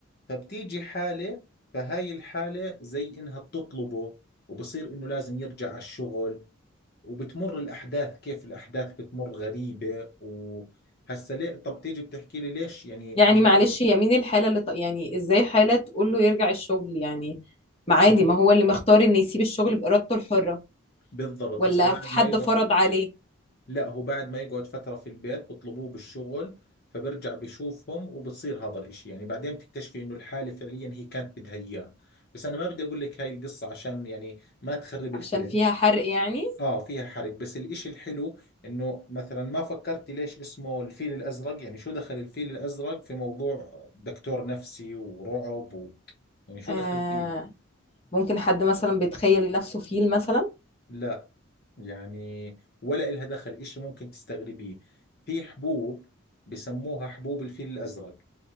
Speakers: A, on the left; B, on the left.
A: فبتيجي حالة فهاي الحالة زي انها بتطلبه وبصير انه لازم يرجع على الشغل وبتمر الاحداث كيف الاحداث بتمر غريبة وهسا ليه طب تيجي بتحكي لي ليش يعني
B: يعني
A: ما دام
B: معلش هي مين الحالة اللي ط... يعني ازاي حالة تقول له يرجع الشغل يعني ما عادي
A: ما هو
B: ما هو اللي مختار انه يسيب الشغل بإرادته الحرة
A: بالضبط
B: ولا
A: هسا بعد
B: في حد
A: ما يقعد
B: فرض عليه
A: لا هو بعد ما يقعد فترة في البيت بطلبوه بالشغل فبرجع بشوفهم وبتصير هذا الاشي يعني بعدين بتكتشفي انه الحالة فعليا هي كانت بدها اياه بس انا ما بدي اقول لك هاي القصة عشان يعني ما تخرب
B: عشان
A: الفيلم
B: فيها حرق يعني
A: اه فيها حرق بس الاشي الحلو انه مثلا ما فكرتي ليش اسمه الفيل الازرق يعني شو دخل الفيل الازرق في موضوع دكتور نفسي ورعب و... يعني شو
B: آه
A: دخل فيه
B: ممكن حد مثلا بيتخيل نفسه فيل مثلا
A: لا يعني ولا إلها دخل إشي ممكن تستغربيه في حبوب بسموها حبوب الفيل الأزرق